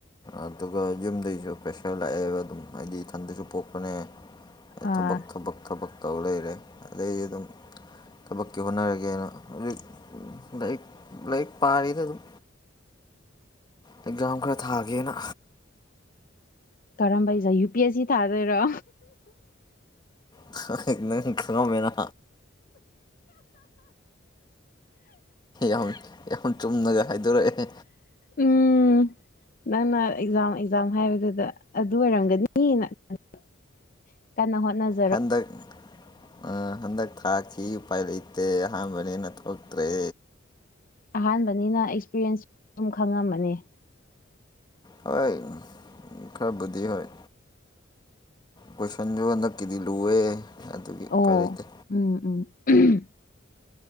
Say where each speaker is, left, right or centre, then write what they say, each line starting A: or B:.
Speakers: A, on the left (about 20°); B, on the left (about 45°).
A: ꯑꯗꯨꯒ ꯌꯨꯝꯗꯒꯤꯁꯨ ꯄ꯭ꯔꯦꯁꯔ ꯂꯥꯛꯑꯦꯕ ꯑꯗꯨꯝ ꯍꯥꯏꯗꯤ ꯏꯊꯟꯗꯁꯨ ꯄꯣꯛꯄꯅꯦ꯫
B: ꯑ
A: ꯊꯕꯛ ꯊꯕꯛ ꯊꯕꯛ ꯇꯧ ꯂꯩꯔꯦ ꯑꯗꯩꯗꯤ ꯑꯗꯨꯝ ꯊꯕꯛꯀꯤ ꯍꯣꯠꯅꯔꯒꯦꯅ ꯍꯧ ꯂꯥꯏꯔꯤꯛ ꯂꯥꯏꯔꯤꯛ ꯄꯥꯔꯤꯗ ꯑꯗꯨꯝ ꯑꯦꯛꯖꯥꯝ ꯈꯔ ꯊꯥꯒꯦꯅ꯫
B: ꯀꯔꯝꯕ exam U P S C ꯊꯥꯗꯣꯏꯔꯣ
A: <unintelligible> ꯅꯪ ꯈꯪꯉꯝꯃꯦꯅ <unintelligible> ꯌꯥꯝ ꯆꯨꯝꯅꯒ ꯍꯥꯏꯗꯣꯛꯔꯛꯑꯦꯍꯦ
B: ꯎꯝ ꯅꯪꯅ ꯑꯦꯛꯖꯥꯝ ꯑꯦꯛꯖꯥꯝ ꯍꯥꯏꯕꯗꯨꯗ ꯑꯗꯨ ꯑꯣꯏꯔꯝꯒꯅꯤꯅ ꯈꯟ <unintelligible> ꯀꯟꯅ ꯍꯣꯠꯅꯖ
A: ꯍꯟꯗꯛ ꯑ ꯍꯟꯗꯛ ꯊꯥꯈꯤ ꯎꯄꯥꯏ ꯂꯩꯇꯦ ꯑꯍꯥꯟꯕꯅꯤꯅ ꯊꯣꯛꯇ꯭ꯔꯦ
B: ꯑꯍꯥꯟꯕꯅꯤꯅ ꯑꯦꯛꯁꯄꯤꯔꯦꯟꯁꯁꯨ ꯑꯗꯨꯝ ꯈꯪꯉꯝꯃꯅꯤ
A: ꯍꯣꯏ ꯈꯔꯕꯨꯙꯤ ꯍꯣꯏ ꯀꯣꯏꯁꯟꯗꯨ ꯍꯟꯗꯛꯀꯤꯗꯤ ꯂꯨꯋꯦ ꯑꯗꯨꯒꯤ
B: ꯑꯣ
A: ꯎꯄꯥꯏ ꯂꯩꯇꯦ
B: ꯎꯝ ꯎꯝ <unintelligible>